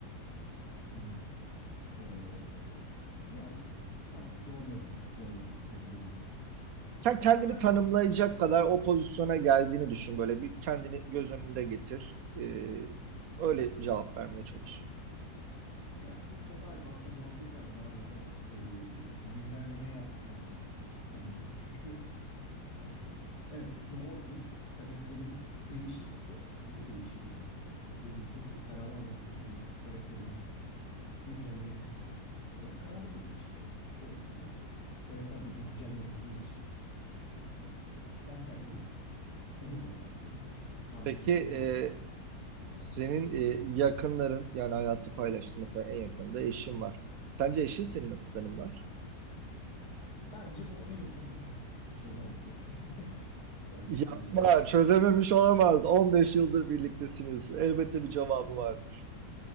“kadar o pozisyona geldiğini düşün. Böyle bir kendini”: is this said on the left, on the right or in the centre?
Right